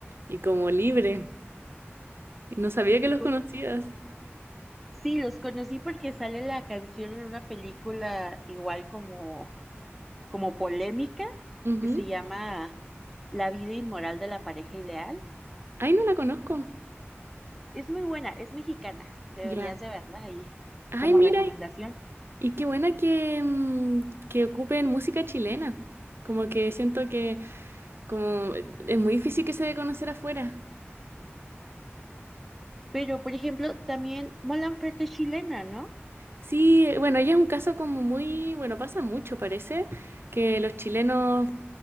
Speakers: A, on the right (about 60°); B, in the centre.
A: y como libre. Y no sabía que los
B: O-
A: conocías.
B: Sí, los conocí porque sale la canción en una película igual como, como polémica
A: Ujú.
B: que se llama La vida inmoral de la pareja ideal.
A: Ay, no la conozco.
B: Es muy buena, es mexicana. Deberías
A: Ya.
B: de verla ahí
A: Ay,
B: como
A: mira,
B: recomendación.
A: y y qué buena que, mm, que ocupen música chilena. Como que siento que como es muy difícil que se dé a conocer afuera.
B: Pero, por ejemplo, también Mon Laferte es chilena, ¿no?
A: Sí, eh, bueno, ella es un caso como muy, bueno, pasa mucho, parece, que los chilenos